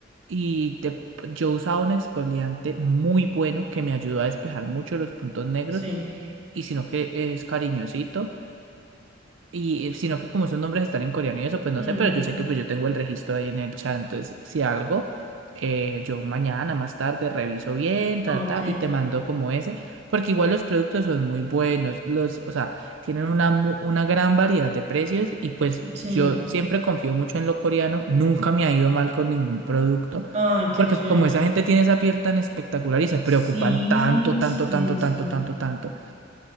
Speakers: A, on the right (about 85°); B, on the right (about 35°).
A: Y de- yo usaba un exfoliante muy bueno que me ayudó a despejar mucho los puntos negros
B: Sí.
A: y sino que es cariñosito. Y eh, sino que como esos nombres están en coreano y eso, pues no
B: Mm,
A: sé, pero yo sé que pues yo tengo el registro ahí en el chat, entonces si algo, eh, yo mañana más tarde reviso bien, ta,
B: ok.
A: ta, y te mando como ese, porque igual los productos son muy buenos, los, o sea, tienen una, mu- una gran variedad de precios y pues
B: Sí.
A: yo siempre confío mucho en lo coreano, nunca me ha ido mal con ningún producto,
B: Ay, qué
A: porque
B: chévere.
A: como esa gente tiene esa piel tan espectacular y se
B: Sí,
A: preocupan tanto, tanto,
B: sí,
A: tanto,
B: sí.
A: tanto, tanto, tanto,